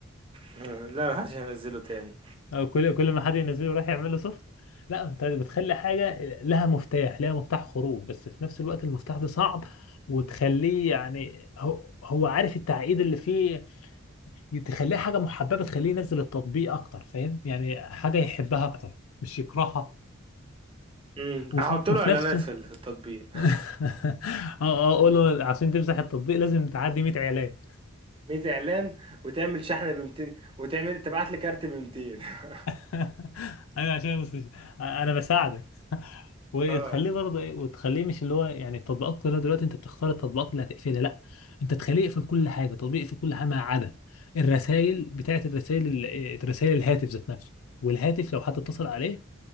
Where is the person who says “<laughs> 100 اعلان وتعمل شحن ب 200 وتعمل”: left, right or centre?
Right